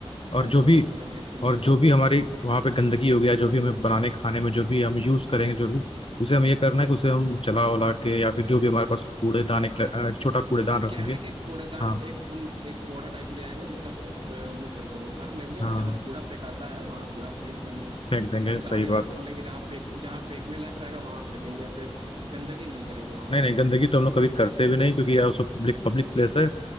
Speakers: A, on the right; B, on the left.
A: है
B: और जो
A: तभी
B: भी
A: तो थोड़ा सेफ्टी
B: और
A: रहेगा
B: जो भी हमारी वहाँ पे गंदगी हो गया जो भी हमें बनाने खाने में जो भी हम यूज़ करेंगे जो भी उसे हम ये करना है कि उसे हम जला वला के या फिर जो भी हमारे पास कूड़ेदान एक
A: हाँ
B: अ, एक छोटा कूड़ेदान
A: उसे क्या
B: रखेंगे
A: है ना कि एक कूड़ेदान
B: हाँ
A: एक हम एक बोरा टाइप ले आएंगे उसमें सब अ, वो कर लेंगे भर लेंगे और
B: हाँ
A: जहाँ कूड़ा फेंकाता है वहां कूड़ा फेंक देंगे
B: फेंक देंगे
A: या तो गाड़ी
B: सही
A: में
B: बात
A: भर लेंगे जहाँ फेंक जहाँ फेंकने लायक रहेगा वहां फेंकेंगे ऐसे गंदगी नहीं करेंगे वहां
B: नहीं
A: पे
B: नहीं गंदगी तो हम लोग कभी करते भी नहीं क्योंकि यार सब पब्लिक पब्लिक प्लेस है